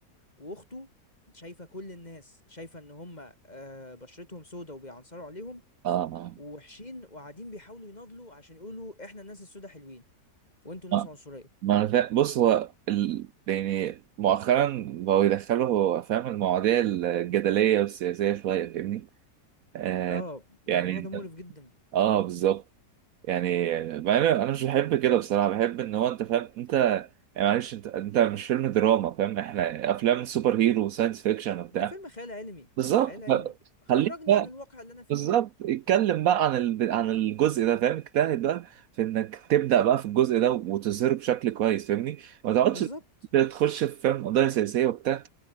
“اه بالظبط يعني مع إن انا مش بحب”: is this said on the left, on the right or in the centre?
Right